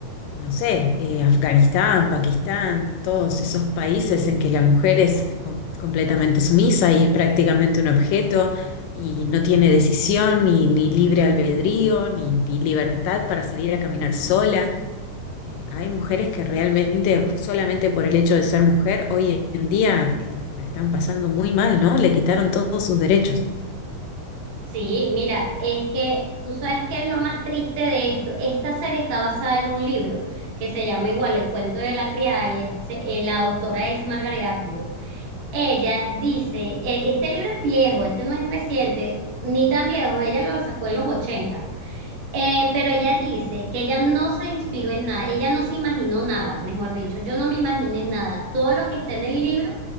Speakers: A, on the left; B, on the right.
A: no sé, eh, Afganistán, Pakistán, todos esos países en que la mujer es com- completamente sumisa y es prácticamente un objeto y no tiene decisión ni, ni libre albedrío ni, ni libertad para salir a caminar sola. Eh, hay mujeres que realmente solamente por el hecho de ser mujer hoy en día eh, la están pasando muy mal, ¿no? Le quitaron todos sus derechos.
B: Sí, mira, es que tú sabes qué es lo más triste de esto. Esta serie está basada en un libro que se llama igual El cuento de la criada y es- eh, la autora es Margaret Atwood. Ella dice, eh, este libro es viejo, este no es reciente, ni tan viejo, ella lo sacó en los 80. Eh, pero ella dice que ella no se inspiró en nada, ella no se imaginó nada, mejor dicho, yo no me imaginé nada. Todo lo que está en el libro